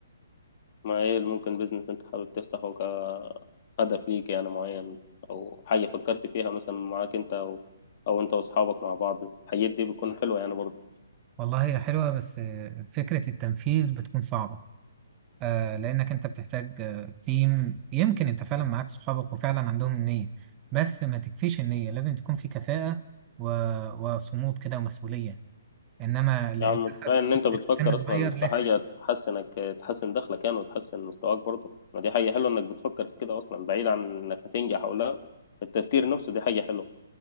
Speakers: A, on the left (about 45°); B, on the right (about 25°).
A: ما ايه اللي ممكن بيزنس انت حابب تفتحه كهدف ليك يعني معين او حاجة فكرت فيها مثلا معاك انت او او انت واصحابك مع بعض الحاجات دي بتكون حلوة يعني برضه
B: والله هي حلوة بس آه، فكرة التنفيذ بتكون صعبة آه لأنك أنت بتحتاج آه تيم يمكن أنت فعلا معاك صحابك وفعلا عندهم النية بس ما تكفيش النية لازم تكون في كفاءة و... وصمود كده ومسؤولية إنما للأسف
A: يا عم كفاية ان انت بتفكر
B: كان
A: اصلا
B: صغير
A: في
B: لسه
A: حاجة تحسنك تحسن دخلك يعني وتحسن مستواك برضه ما دي حاجة حلوة انك بتفكر في كده اصلا بعيد عن انك هتنجح او لا التفكير نفسه دي حاجة حلوة